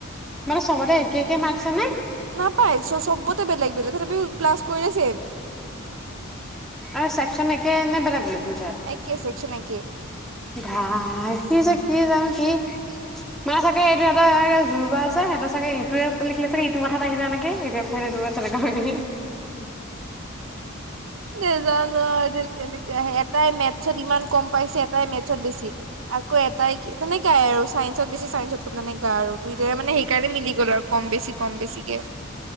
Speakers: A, in the centre; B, on the right.
A: মানে চবতে একে একে মাৰ্ক্স আনে।
B: নাপায় চ চবতে বেলেগ বেলেগ তথাপিও প্লাছ কৰিলে চেম।
A: অহ চেকচন একে নে বেলেগ বেলেগ। দুইটাৰ?
B: একে চেকচন একে।
A: ভাই কি যে কি জাম কি মাৰ চাগে এইটো সিহঁতে যুৰ্বা যে সিহঁতৰ চাগে ইটোয়ে লিখিলে চাগে ইটো মাথাত আহি যায় নেকি এতিয়া। কৌ থাকিবা চেনেকা হয় নেকি। <inaudible>
B: নজানো আৰু দে কেনেকে আহে এটাই মেথছত ইমান কম পাইছে এটাই মেথছ। মেথছত বেছি আকৌ এটাই তেনেকাই আৰু চাইন্সত বেছি চাইন্সত তেনেকা আৰু দুইট মানে সেইকাৰণে মিলি গল আৰু কম বেছি কম বেছিকে।